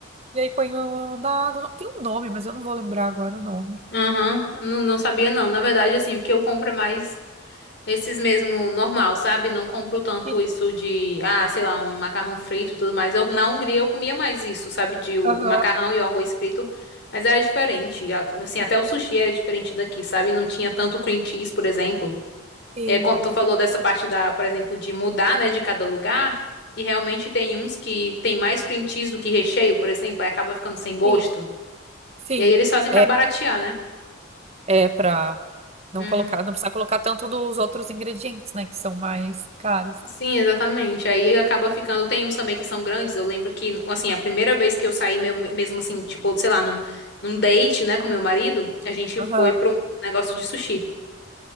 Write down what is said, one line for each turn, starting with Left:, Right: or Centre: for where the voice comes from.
Right: E aí põe o- na água. Não, tem um nome, mas eu não vou lembrar agora o nome.
Left: Aham. Não, não sabia não. Na verdade, assim, o que eu compro é mais esses mesmo normal, sabe? Não compro tanto
Right: Sim.
Left: isso de, ah, sei lá, um macarrão frito e tudo mais. Eu- na Hungria eu comia mais isso, sabe? De o,
Right: Aham.
Left: o macarrão e o arroz frito, mas era diferente. A- Assim, até o sushi era diferente daqui, sabe? Não tinha tanto cream cheese, por exemplo.
Right: Sim.
Left: É, quan- tu falou dessa parte da, por exemplo, de mudar, né, de cada lugar. E realmente tem uns que tem mais cream cheese do que recheio, por exemplo, aí acaba ficando sem gosto.
Right: Sim. Sim.
Left: E aí eles fazem
Right: É,
Left: pra baratear, né?
Right: é pra não
Left: Uhum.
Right: colocar, não precisar colocar tanto dos outros ingredientes, né? Que são mais caros.
Left: Sim, exatamente. Aí acaba ficando. Tem uns também que são grandes. Eu lembro que, assim, a primeira vez que eu saí, meu- mesmo assim, tipo, sei lá, num, num date, né, com meu marido, a gente
Right: Aham.
Left: foi pra um negócio de sushi.